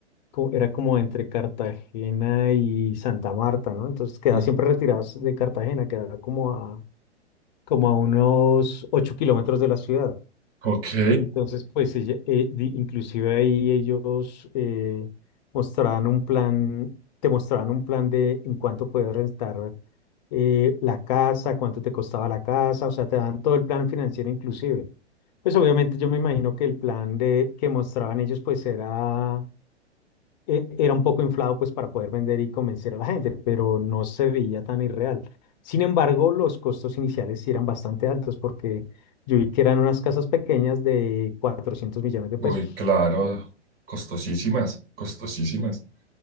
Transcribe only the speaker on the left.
co- era como entre Cartagena y Santa Marta, ¿no? Entonces quedaba
siempre retirados de Cartagena, quedaba como a, como a unos 8 kilómetros de la ciudad.
Entonces, pues ella, eh, di- inclusive ahí ellos eh, mostraban un plan, te mostraban un plan de en cuánto puedes rentar eh, la casa, cuánto te costaba la casa, o sea, te dan todo el plan financiero inclusive. Pues obviamente yo me imagino que el plan de, que mostraban ellos pues era e- era un poco inflado pues para poder vender y convencer a la gente, pero no se veía tan irreal. Sin embargo, los costos iniciales sí eran bastante altos porque yo vi que eran unas casas pequeñas de 400 millones de pesos.